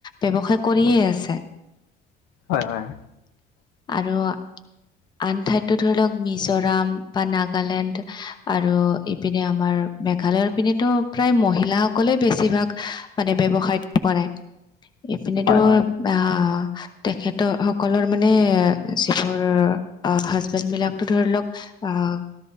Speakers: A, on the left; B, on the left.
A: ব্যৱসায় কৰিয়ে আছে।
B: হয়, হয়।
A: আৰু আন ঠাইততো ধৰি লওক মিজোৰাম বা নাগালেণ্ড আৰু ইপিনে আমাৰ মেঘালয়ৰ পিনেতো প্ৰায় মহিলাাসকলে বেছিভাগ মানে ব্যৱসায় কৰে এইপিনেতো
B: হয় হয় হয় হয়
A: আহ তেখেতৰ সকলৰ মানে যিবোৰ অ, হাজবেণ্ড বিলাকো ধৰি লওক আহ,